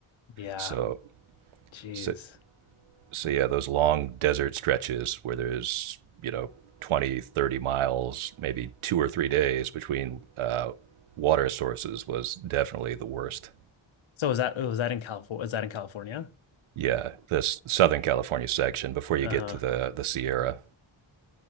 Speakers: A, on the left; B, on the right.
A: Yeah,
B: So,
A: jeez.
B: so so yeah, those long desert stretches where there's, you know, 20, 30 miles, maybe two or three days between uh, water sources was definitely the worst.
A: So was that was that in California? Was that in California?
B: Yeah, this Southern California section before you
A: Uh-huh.
B: get to the, the Sierra.